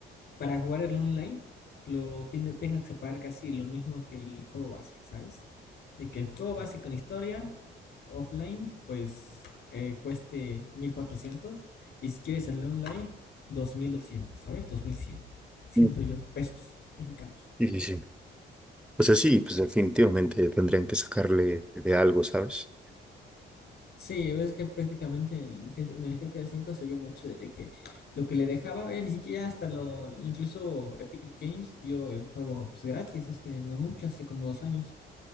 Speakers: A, on the left (about 60°); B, in the centre.
A: para jugar el online lo tenga, tenga que pagar casi lo mismo que el juego base, ¿sabes? De que el juego base con historia offline, pues eh, cueste mil cuatrocientos y si quieres el online, dos mil doscientos ¿sabes? dos mil cien siento
B: Mm.
A: yo, pesos mexicanos.
B: Sí, sí, sí. O sea, sí, pues definitivamente tendrían que sacarle de algo, ¿sabes?
A: Sí, ves que prácticamente en, G- en el GTA V se vio mucho de que lo que le dejaba, ya ni siquiera hasta lo, incluso Epic Games dio el juego pues, gratis hace no mucho, hace como dos años,